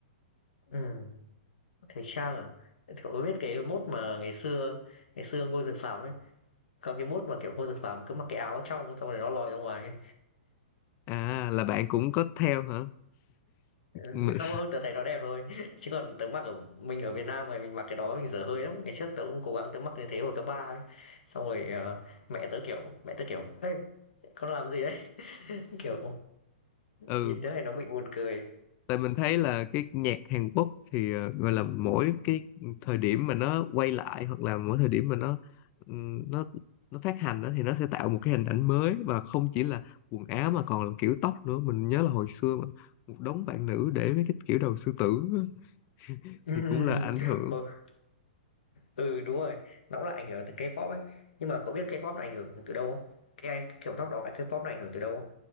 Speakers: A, on the left (about 80°); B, on the left (about 35°).
A: Ừ, thời trang à? Cậu có biết cái mốt mà ngày xưa ngày xưa Ngô Dược Phạm ấy, có cái mốt mà kiểu Ngô Dược Phạm cứ mặc cái áo trong xong rồi nó lòi ra ngoài ấy.
B: à là bạn cũng có theo hả
A: Ừ,
B: <laughs>
A: không không tớ thấy nó đẹp thôi <laughs> chứ còn tớ mặc ở mình ở Việt Nam mà mình mặc cái đó mình dở hơi lắm ngày trước tớ cũng cố gắng tớ mặc như thế hồi cấp ba ấy xong rồi ờ, mẹ tớ kiểu mẹ tớ kiểu ê con làm gì đấy <laughs> kiểu
B: ừ
A: nhìn thế này nó bị buồn cười
B: tại mình thấy là cái nhạc Hàn Quốc thì ờ, gọi là mỗi cái thời điểm mà nó quay lại hoặc là mỗi thời điểm mà nó ừm, nó nó phát hành đó, thì nó sẽ tạo một cái hình ảnh mới và không chỉ là quần áo mà còn là kiểu tóc nữa mình nhớ là hồi xưa mà một đống bạn nữ để mấy cái kiểu đầu sư tử á,
A: <laughs>
B: thì cũng là ảnh hưởng
A: ừ, ừ đúng rồi nó cũng là ảnh hưởng từ K-pop ấy nhưng mà cậu biết K-pop là ảnh hưởng từ đâu không cái anh kiểu tóc đó K-pop là ảnh hưởng từ đâu không